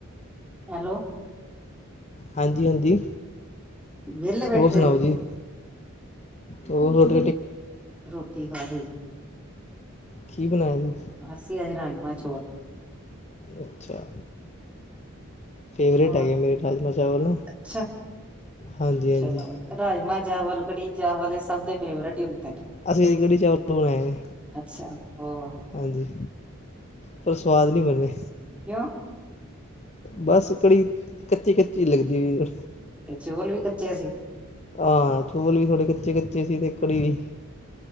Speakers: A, in the centre; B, on the left.
A: ਹੈਲੋ
B: ਹਾਂਜੀ ਹਾਂਜੀ
A: ਵਿਹਲੇ ਬੈਠੇ
B: ਹੋਰ ਸੁਣਾਓ
A: ਪਏ ਹੋ?
B: ਜੀ। ਰੋਟ
A: ਰੋਟੀ ਖਾ ਸੀਗੀ।
B: ਕੀ ਬਣਾਇਆ ਜੀ
A: ਅਸੀਂ ਅੱਜ ਰਾਜਮਾ ਚੌਲ।
B: ਅੱਛਾ ਫੇਵਰੇਟ
A: ਹੋਰ
B: ਹੈਗੇ ਮੇਰੇ ਰਾਜਮ ਚਾਵਲ
A: ਅੱਛਾ
B: ਹਾਂਜੀ ਹਾਂਜੀ
A: ਚਲੋ ਰਾਜਮਾਂ ਚਾਵਲ ਕੜੀ ਚਾਵਲ ਸਭ ਦੇ ਫੇਵਰੇਟ ਹੀ ਹੁੰਦੇ। ਨੇ
B: ਅਸੀਂ ਇਹਦੀ ਕੜੀ ਚਾਵਲ ਬਣਾ ਆਏ ਨੇ
A: ਅੱਛਾ ਹੋਰ
B: ਹਾਂਜੀ। ਪਰ ਸਵਾਦ ਨਹੀਂ ਬਨੇ।
A: ਕਿਉਂ?
B: ਬੱਸ ਕੜੀ ਕੱਚੀ ਕੱਚੀ ਲੱਗਦੀ ਵੀ।
A: ਤੇ ਚੋਲ ਵੀ ਕੱਚੇ ਸੀ।
B: ਆ ਚੋਲ ਵੀ ਤੁਹਾਡੇ ਕੱਚੇ ਕੱਚੇ ਸੀ ਤੇ ਕੜੀ ਵੀ।